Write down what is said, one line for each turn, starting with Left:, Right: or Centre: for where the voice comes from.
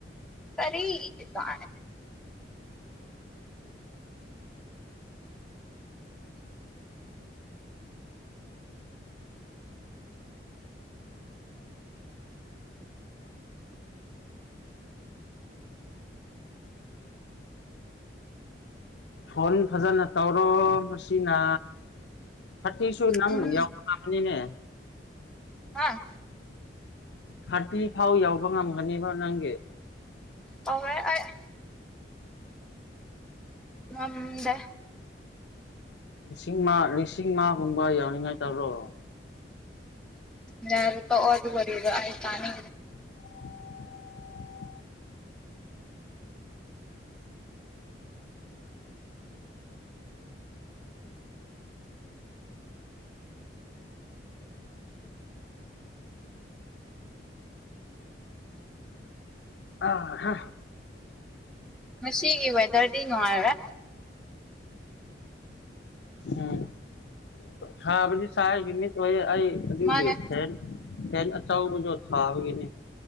Centre: ꯀꯔꯤ ꯀ
Left: ꯐꯣꯟ ꯐꯖꯅ ꯇꯧꯔꯣ ꯃꯁꯤꯅ ꯊꯥꯔꯇꯤꯁꯨ ꯅꯪ
Centre: ꯎꯝ
Left: ꯌꯥꯎꯕ ꯂꯥꯛꯕꯅꯤꯅꯦ
Centre: ꯍꯥ
Left: ꯊꯥꯔꯇꯤ ꯐꯥꯎ ꯌꯎꯕ ꯉꯝꯒꯅꯦꯕ ꯅꯪꯒꯤ
Centre: ꯎꯝ ꯑ ꯃꯝꯗ
Left: ꯂꯤꯁꯤꯡ ꯂꯤꯁꯤꯡ ꯃꯥꯒꯨꯝꯕ ꯌꯥꯎꯅꯤꯡꯉꯥꯏ ꯇꯥ꯭ꯔꯣ
Centre: ꯌꯥꯔꯄꯥ ꯑꯣ ꯑꯗꯨ ꯑꯣꯏꯔꯤꯗ ꯑ ꯇꯅꯤ
Left: <unintelligible> ꯑ ꯍꯥ
Centre: ꯉꯁꯤꯒꯤ ꯗꯔꯗꯤ ꯅꯨꯡꯉꯥꯏꯔꯦ
Left: ꯎꯝ ꯁꯥꯥꯕꯗꯤ ꯁ ꯍꯃꯤ ꯑꯣꯏ ꯑꯩ ꯑꯗꯨꯒꯤ
Centre: ꯃꯥꯅꯦ
Left: ꯐꯦꯟ ꯐꯦꯟ ꯑꯆꯕꯁꯨꯣ ꯊꯥꯕꯒꯤꯅꯤ